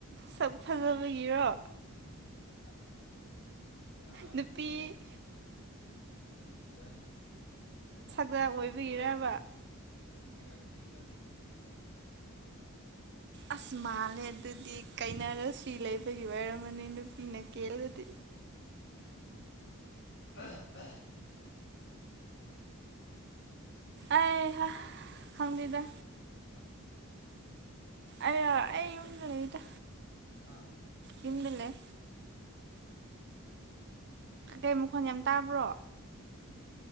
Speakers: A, on the right; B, on the left.
A: ꯁꯛ ꯐꯖꯕꯒꯤꯔꯣ
B: <unintelligible> ꯑꯗꯨꯒꯤꯔ
A: ꯅꯨꯄꯤ
B: ꯀꯔꯤ ꯒꯤꯔꯥ ꯑꯩꯗꯤ ꯑꯥꯛ ꯈ ꯑꯗꯨꯏ ꯑꯗꯨꯒꯤꯔ
A: <unintelligible> ꯑꯣꯏꯕꯒꯤꯔꯥꯕ
B: ꯑꯗꯨꯒꯤꯔ ꯀꯔꯤꯒꯤꯔꯥꯗꯤ ꯈꯪꯗ꯭ꯔꯦꯀꯣ ꯑꯗꯨ ꯑꯩꯗꯤ ꯚꯥꯞ ꯇꯥꯗ꯭ꯔꯦ ꯑꯗꯨꯕꯨꯗꯤ
A: ꯑꯁ ꯃꯥꯜꯂꯦ ꯑꯗꯨꯗꯤ ꯀꯩꯅꯔꯁꯤ ꯂꯩꯕꯒꯤ ꯑꯣꯏꯔꯝꯃꯅꯤ ꯅꯨꯄꯤꯅ ꯀꯦꯜꯂꯗꯤ
B: <unintelligible> ꯅꯪꯁꯤ
A: ꯑꯩ ꯍꯥ ꯈꯪꯗꯦꯗ
B: ꯀꯗꯥꯏꯗ ꯂꯩꯕ꯭ꯔꯣ ꯍꯧꯖꯤꯛꯀꯥꯟ
A: ꯑꯌꯥ ꯑꯩ ꯌꯨꯝꯗꯥ ꯂꯩꯗꯥ
B: ꯍꯥꯥ
A: ꯌꯨꯝꯗꯥꯂꯩ ꯒꯩ ꯃꯈꯣꯟ ꯌꯥꯝ ꯇꯕ꯭ꯔꯣ